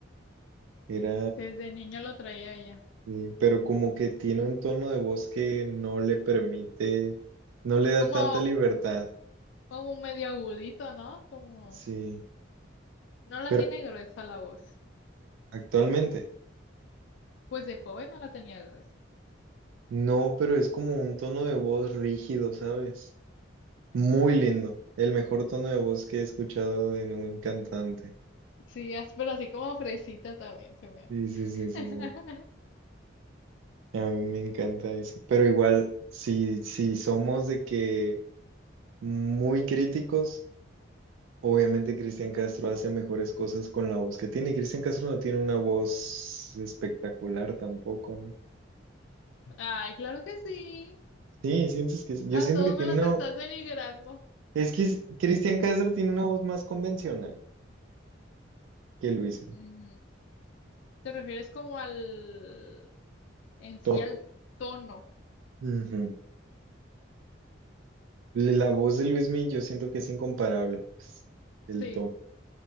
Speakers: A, on the right; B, on the left.
A: Era,
B: Desde niña lo traía ya.
A: eh, pero como que tiene un tono de voz que no le permite, no le da
B: Como,
A: tanta libertad,
B: como medio agudito, ¿no? Como
A: sí.
B: no la
A: Pero
B: tiene gruesa la voz.
A: actualmente,
B: Pues de joven no la tenía gruesa.
A: no, pero es como un tono de voz rígido, ¿sabes? Muy lindo, el mejor tono de voz que he escuchado en un cantante.
B: Sí, as- pero así como fresita también se me hace.
A: Sí, sí, sí, sí,
B: <laughs>
A: sí. A mí me encanta eso. Pero igual, si, si somos de que muy críticos, Obviamente Cristian Castro hace mejores cosas con la voz que tiene. y Cristian Castro no tiene una voz espectacular tampoco, ¿no?
B: Ay, claro que sí.
A: Sí, sientes que yo
B: A
A: siento
B: todos
A: que tiene
B: me los
A: una
B: estás denigrando.
A: es que es- Cristian Castro tiene una voz más convencional que Luismi,
B: Ujú. ¿Te refieres como al en sí
A: tono.
B: al tono?
A: Ujú. Le- La voz de Luismi yo siento que es incomparable, pues, el
B: Sí.
A: tono.